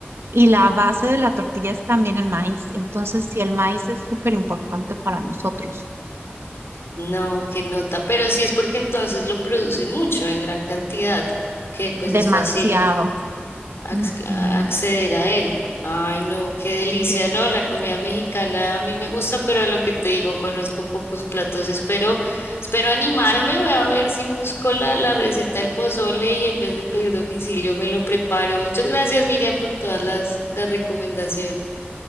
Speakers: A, on the right; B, on the left.
A: Y la base de la tortilla es también el maíz. Entonces, sí, el maíz es súper importante para nosotros.
B: no, qué nota, pero sí es porque entonces lo producen mucho en gran cantidad, que pues
A: Demasiado.
B: es fácil ac-
A: Ujú,
B: a- acceder a él. Ay, no, qué delicia,
A: sí,
B: ¿no? La
A: súper.
B: comida mexicana a mí me gusta, pero lo que te digo, conozco pocos platos. Espero, espero animarme, voy a ver si busco la, la receta del pozole y en vez de pedir domicilio me lo preparo. Muchas gracias, Miriam, por todas las, las recomendaciones.